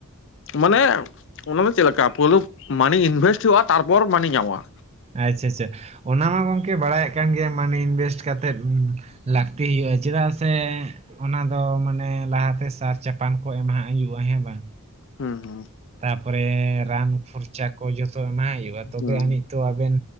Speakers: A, on the left (about 55°); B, on the right (about 30°).
A: ᱢᱟᱱᱮ ᱚᱱᱟ ᱫᱚ ᱪᱮᱫ ᱞᱮᱠᱟ ᱯᱩᱭᱞᱩ ᱢᱟᱱᱤ ᱤᱱᱵᱷᱮᱥᱴ ᱦᱩᱭᱩᱜᱼᱟ ᱛᱟᱨᱯᱚᱨ ᱢᱟᱱᱤ ᱧᱟᱢᱚᱜᱼᱟ
B: ᱟᱪᱪᱷᱟ ᱟᱪᱪᱷᱟ ᱚᱱᱟ ᱢᱟ ᱜᱚᱝᱠᱮ ᱵᱟᱲᱟᱭᱮᱫ ᱠᱟᱱ ᱜᱮ ᱢᱟᱱᱮ ᱤᱱᱵᱷᱮᱥᱴ ᱠᱟᱛᱮᱜ ᱞᱟᱹᱠᱛᱤ ᱦᱩᱭᱩᱜᱼᱟ ᱪᱮᱫᱟᱜ ᱥᱮ ᱚᱱᱟ ᱫᱚ ᱢᱟᱱᱮ ᱞᱟᱦᱟᱛᱮ ᱥᱟᱨ ᱪᱟᱯᱟᱱ ᱠᱚ ᱮᱢᱟᱦᱟᱜ ᱦᱩᱭᱩᱜᱼᱟ ᱦᱮᱸ ᱵᱟᱝ
A: ᱦᱩᱸ ᱦᱩᱸ
B: ᱛᱟᱨᱯᱚᱨᱮ ᱨᱟᱱ ᱠᱷᱚᱨᱪᱟ ᱠᱚ ᱡᱚᱛᱚ ᱮᱢᱟᱜ ᱦᱩᱭᱩᱜᱼᱟ ᱛᱚᱵᱮ
A: ᱦᱩᱸ
B: ᱟᱹᱱᱤᱡ ᱛᱚ ᱟᱵᱮᱱ